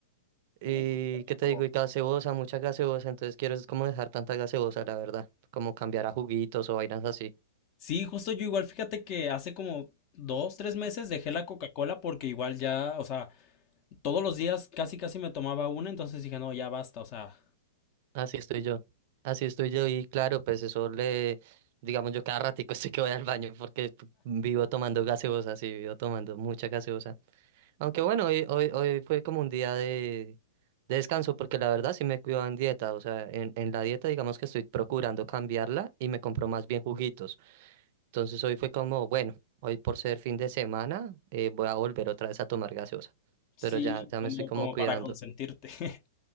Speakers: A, on the right (about 50°); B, on the left (about 40°).
A: Y,
B: Uh, qué rico.
A: ¿qué te digo? Y gaseosa, mucha gaseosa, entonces quiero es como dejar tanta gaseosa, la verdad, como cambiar a juguitos o vainas así.
B: Sí, justo yo igual, fíjate que hace como dos, tres meses dejé la Coca-Cola porque igual ya, o sea, todos los días casi casi me tomaba una, entonces dije, no, ya basta, o sea,
A: Así estoy yo. Así estoy yo y claro, pues eso le, digamos yo cada ratico <laughs> estoy que voy al baño porque vivo tomando gaseosa, sí, vivo tomando mucha gaseosa. Aunque bueno, hoy, hoy, hoy fue como un día de, de descanso porque la verdad sí me cuido en dieta, o sea, en, en la dieta digamos que estoy procurando cambiarla y me compro más bien juguitos. Entonces hoy fue como, bueno, hoy por ser fin de semana eh, voy a volver otra vez a tomar gaseosa,
B: sí,
A: pero ya, ya
B: como,
A: me estoy como
B: como
A: cuidando.
B: para consentirte. <laughs>